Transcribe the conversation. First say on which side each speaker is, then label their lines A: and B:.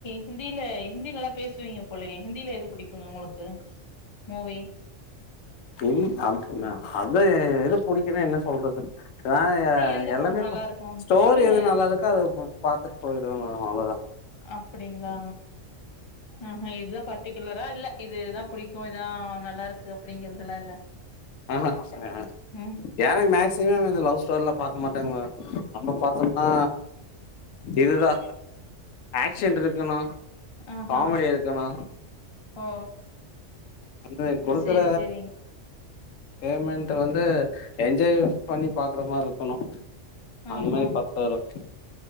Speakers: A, on the left (about 30°); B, on the left (about 85°).
A: ஹிந்தில ஹிந்தி நல்லா பேசுவீங்க போலயே ஹிந்தில எது புடிக்குங்க உங்களுக்கு மூவி
B: தெரியு அது அத எது புடிக்குன்னா என்ன சொல்றது நா ஏ
A: எந்த
B: எல்லாமே
A: படம் நல்லா
B: பாப்
A: இருக்கும்
B: ஸ்டோரி
A: சொல்லுங்க
B: எது நல்லா இருக் கோ அத பாத்துட்டு போயிருவே மேம் அவ்ளதா
A: அப்டிங்களா ஆஹா இதா பர்ட்டிகுலரா இல்ல இதுதா புடிக் கு இதா நல்லா இருக்கு அப்டிங்கிறதுல்லா இல்ல
B: ஆஹ
A: ம்
B: எனக்கு மேக்சிமம் இந்த லவ் ஸ்டோரில்லா பாக்க மாட்டேங்க மேம் நம்ம பாத்தோம்ன்னா இதுதா ஆக்ஷன் இருக்கணு
A: ஆஹா
B: காமெடி இருக்கணு
A: ஓ
B: அந்தே குடுக்குற
A: சேரி சேரிங்
B: பேமெண்ட் வந்து என்ஜாய் பண்ணி பாக்குற மாரி இருக்கணு அந்த
A: ஆஹா
B: மாரி பாத்துட்டு வருவ